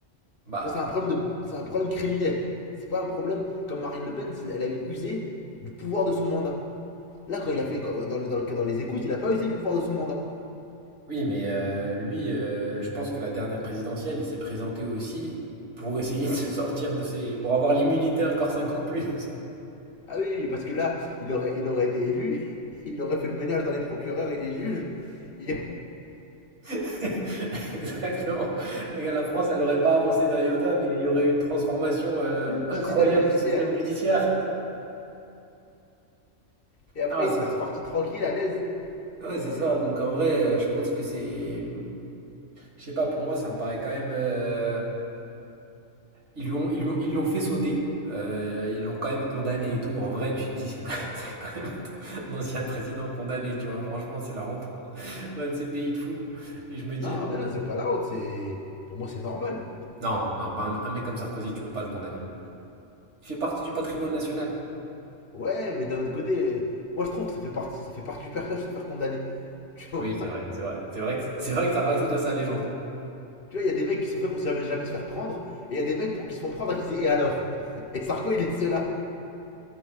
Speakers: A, on the right; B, on the left.
A: Bah
B: c'est un problème de, c'est un problème criminel. C'est pas un problème comme Marine Le Pen, elle a usé du pouvoir de son mandat. Là, quand
A: oui.
B: il a fait quand- dans, les- dans, le- dans les écoutes, il a pas usé du pouvoir de son mandat.
A: Oui, mais euh, lui, euh, je pense que la dernière présidentielle, il s'est présenté aussi pour essayer de se sortir de ses... pour avoir l'immunité encore 50 plus.
B: Ah oui, oui, parce que là, il aurait, il aurait été élu, <laughs> il aurait fait le ménage dans les procureurs et les juges, il
A: <laughs> Exactement. Le gars, La France, elle n'aurait pas avancé d'un iota, mais il y aurait eu une transformation euh,
B: aurait- <laughs>
A: incroyable
B: du système judiciaire,
A: du système judiciaire.
B: et après
A: Ah,
B: il
A: c'est
B: serait reparti tranquille, à l'aise.
A: ouais,
B: Incroyable.
A: c'est ça. Donc en vrai, euh, je pense que c'est... Je sais pas, pour moi, ça me paraît quand même... euh, Ils lui ont- ils lui ont- ils l'ont fait sauter, euh, ils l'ont quand même condamné et tout. En vrai, tu te dis, c'est quand même, <laughs> c'est quand même un, un ancien président condamné, tu vois. Franchement, c'est la honte. Un de ces pays de fous. Et je me dis,
B: Non,
A: on-
B: mais non, c'est pas la honte, c'est, pour moi, c'est normal.
A: non, non, pas un, un mec comme Sarkozy, tu peux pas le condamner. Il fait partie du patrimoine national.
B: Ouais, mais d'un autre côté, moi je trouve que ça fait partie, ça fait partie du personnage de se faire condamner. <laughs> Tu vois.
A: Oui, c'est vrai, c'est vrai. C'est vrai que, c'est vrai que ça rajoute à sa légende.
B: Tu vois, il y a des mecs qui sont faits pour jamais, jamais se faire prendre, et il y a des mecs pour qui se font prendre et qui disent Et alors <laughs> Et Sarko, il est de ceux-là.